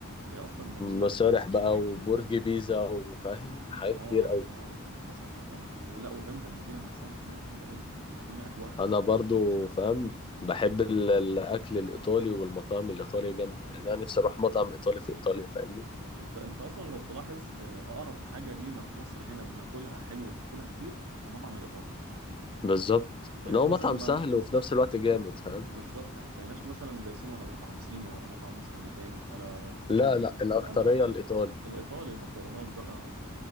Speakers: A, on the right; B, on the left.
A: هي اصلا مدينه
B: مسارح
A: رومانسيه
B: بقى
A: جدا
B: وبرج بيزا وفاهم حاجات
A: اه
B: كتير قوي
A: اه حصل حصل ولا وجامده المدينه نفسها المدينه جامده قوي مدينه اجواءها
B: انا برضو
A: فظيعه
B: فاهم بحب ال- الاكل الايطالي والمطاعم الايطالية جامدة يعني انا نفسي اروح مطعم ايطالي في ايطاليا فاهمني
A: انت انت اصلا لو تلاحظ آه، اقرب حاجه لينا في مصر هنا بناكلها حلو وبناكلها كتير المطعم الايطالي
B: بالظبط
A: يعني
B: ان هو
A: احنا
B: مطعم
A: مثلا ما
B: سهل
A: ت-
B: وفي نفس الوقت جامد فاهم
A: بالظبط يعني ما تلاقيناش مثلا دايسين ولا مطعم صيني ولا مطعم مثلا ياباني ولا
B: لا
A: هندي
B: لا الاكتريه
A: لا لا
B: الايطالي
A: الايطالي المكرونات بقى